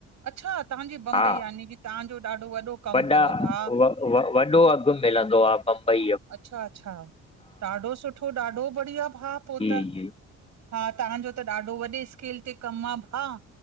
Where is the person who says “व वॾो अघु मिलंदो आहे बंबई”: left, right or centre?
Left